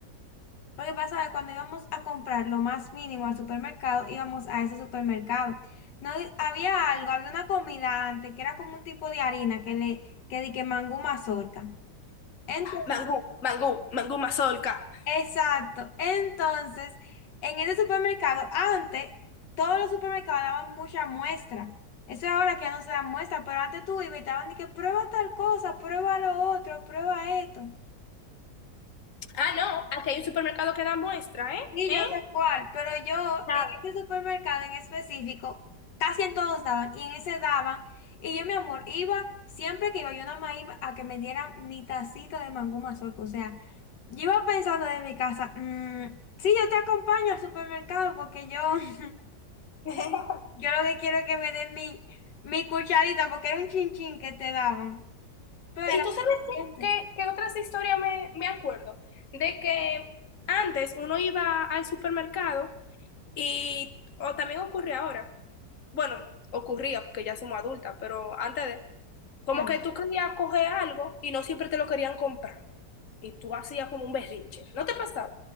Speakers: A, on the left; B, on the left.
A: lo que pasa es que cuando íbamos a comprar lo más mínimo al supermercado, íbamos a ese supermercado. No di- había algo, había una comida antes que era como un tipo de harina que le que di que mangú mazorca. Entonces,
B: Mangú, mangú, mangú mazorca.
A: Exacto. Entonces, en ese supermercado, antes todos los supermercados daban mucha muestra. Eso ahora que ya no se da muestra, pero antes tú ibas y te daban de que prueba tal cosa, prueba lo otro, prueba esto.
B: Ah, no, aquí hay un supermercado que da muestra, ¿eh?
A: Sí,
B: ¿Eh?
A: yo sé cuál, pero yo
B: Claro.
A: en ese supermercado en específico, casi en todos daban, y en ese daban, y yo, mi amor, iba, siempre que iba, yo nada más iba a que me dieran mi tacita de mangú mazorca, o sea, yo iba pensando de mi casa, "Mm, sí, yo te acompaño al supermercado porque yo, <laughs>
B: <laughs>
A: yo lo que quiero es que me den mi, mi cucharita, porque era un chinchín que te daban, pero
B: Y
A: era
B: tú sabes
A: suficiente,
B: qué, qué- qué otras historias me, me acuerdo. De que antes uno iba al supermercado y, o también ocurre ahora. Bueno, ocurría porque ya somos adultas, pero antes de, Como
A: claro.
B: que tú querías coger algo y no siempre te lo querían comprar. Y tú hacías como un berrinche. ¿No te pasaba?